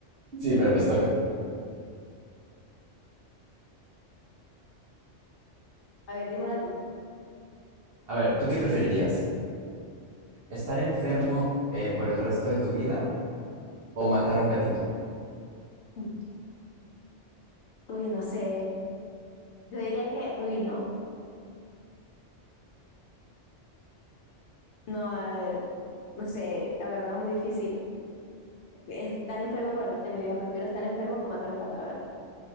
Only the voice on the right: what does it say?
Sí, pero pues toca.
A ver, ¿tú qué preferirías? ¿Estar enfermo eh, por el resto de tu vida o matar a un gatito?